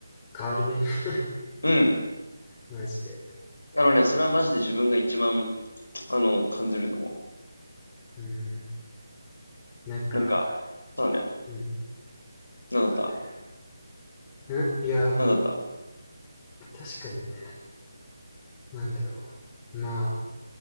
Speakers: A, on the left; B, on the left.
A: 変わるね <laughs>。
B: うん。
A: マジで。
B: あのね、それはマジで自分が一番、あの、感じると思
A: うん、なんか、
B: う。なんか、そうだね。
A: うん、
B: なんだった
A: そうだね。うんいや、
B: なんだった
A: 確かにね、なんだろう。ま